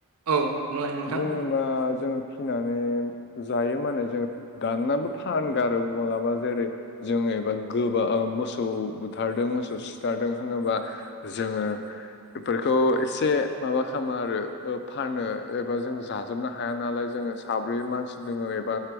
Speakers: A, on the right (about 80°); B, on the left (about 50°).
A: औ। बुंलाय नोंथां
B: बुङोबा जों फिनानै जायो माने जो दाननाबो फानगारो माब्लाबा जेरै जोङो एबा गोबा मोसौ बुथारदों मोसौ सिथारदों होनोबा जोङो बेफोरखौ एसे माबा खामो आरो ओ फानो। एबा जों जाजोबनो हाया नालाय जोङो साब्रै मानसि दोङो एबा